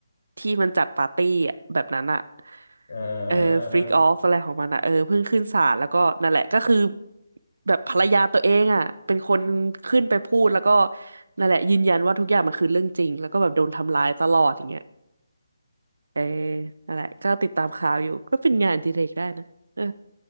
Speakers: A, on the right; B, on the left.
A: ที่มันจัดปาร์ตี้อะแบบนั้นอ่ะ
B: อ่า
A: เออฟรีกออฟอะไรของมันอ่ะเออเพิ่งขึ้นศาลแล้วก็นั่นแหละก็คือแบบภรรยาตัวเองอ่ะเป็นคนขึ้นไปพูดแล้วก็นั่นแหละยืนยันว่าทุกอย่างมันคือเรื่องจริงแล้วก็แบบโดนทำร้ายตลอดอย่างเงี้ยเออนั่นแหละก็ติดตามข่าวอยู่ก็เป็นงานอดิเรกได้นะเออ